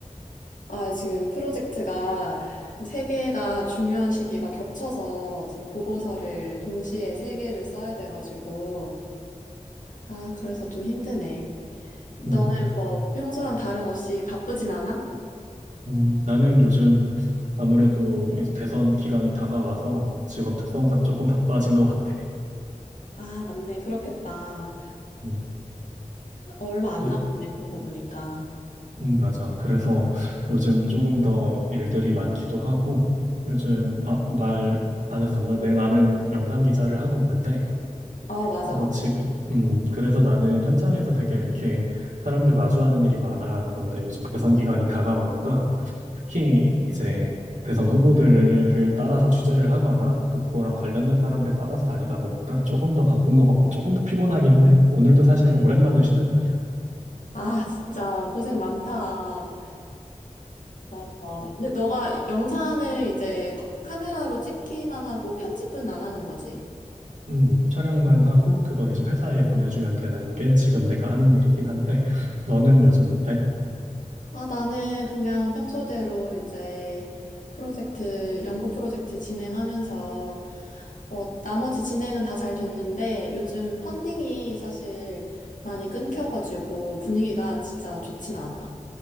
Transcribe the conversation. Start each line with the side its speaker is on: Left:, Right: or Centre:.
Left: 아, 지금 프로젝트가 세 개가 중요한 시기가 겹쳐서 지금 보고서를 동시에 세 개를 써야 돼가지고, 아, 그래서 좀 힘드네. 너는
Right: 음,
Left: 뭐 평소랑 다름없이 바쁘진 않아?
Right: 음, 나는 요즘 아무래도 이제 대선 기간이 다가와서 직업 특성상 조금 바빠진 것 같아.
Left: 아, 맞네. 그렇겠다.
Right: 음,
Left: 어, 얼마 안
Right: 네,
Left: 남았네, 그러고 보니까.
Right: 음, 맞아. 그래서 요즘 조금 더 일들이 많기도 하고, 요즘, 아, 말 안 했었나? 내 나는 영상 기자를 하고 있는데,
Left: 어, 맞아,
Right: 어,
Left: 맞아.
Right: 지금, 음, 그래서 나는 현장에서 되게 이렇게 사람들 마주하는 일이 많아. 그런데 요즘 대선 기간이 다가오니까 특히 이제 대선 후보들을 따라서 취재를 하거나 또 그거랑 관련된 사람들 따라서 다니다 보니까 조금 더 바쁜 것 같고 조금 더 피곤하기는 해. 오늘도 사실 오랜만에 쉬는 날이야.
Left: 아, 진짜 고생 많다. 맞아, 맞아. 근데 너가 영상을 이제 커- 카메라로 찍기만 하고 편집은 안 하는 거지?
Right: 음, 촬영만 하고 그건 이제 회사에 보내주면 되는 게 지금 내가 하는 일이긴 한데 너는 요즘 어때?
Left: 아, 나는 그냥 평소대로 이제 프로젝트, 연구 프로젝트 진행하면서 뭐 나머지 진행은 다 잘 됐는데 요즘 펀딩이 사실 많이 끊겨가지고 분위기가 진짜 좋진 않아.